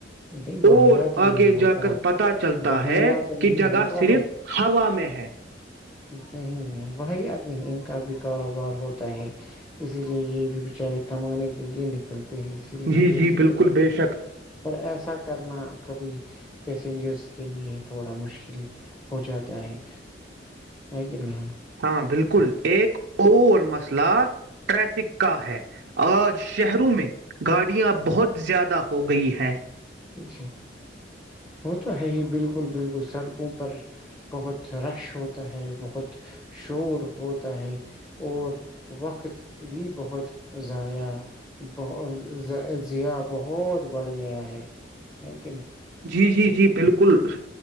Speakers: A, on the left (about 20°); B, on the right (about 60°).
A: نہیں بہیا
B: اور
A: تو
B: آگے
A: نہیں ہوتا
B: جا کر پتا چلتا
A: بہیا
B: ہے
A: تو نہیں
B: کہ جگہ
A: ہوتا
B: صرف
A: بس
B: ہوا میں ہے
A: نہیں نہیں ویا تو نہیں ان کا بھی کاروبار ہوتا ہے اسی لیے یہ بھی بیچارے کمانے کے لیے نکلتے اسی لیے
B: جی
A: یہ
B: جی
A: چیزیں
B: بالکل بے شک
A: ا ایسا کرنا کبھی پیسنجرس کے لیے تھوڑا مشکل ہو جاتا ہے ہے کہ نہیں
B: ہاں بالکل ایک اور مسئلہ ٹریفک کا ہے آج شہروں میں گاڑیاں بہت زیادہ ہو گئی ہے
A: جی وہ تو ہے ہی بالکل بالکل سڑکوں پر بہت رش ہوتا ہے بہت شور ہوتا ہے اور وقت بھی بہت ضاائع بہت زیا بہت بڑھ گیا ہے ہ <unintelligible>
B: جی جی جی بالکل کل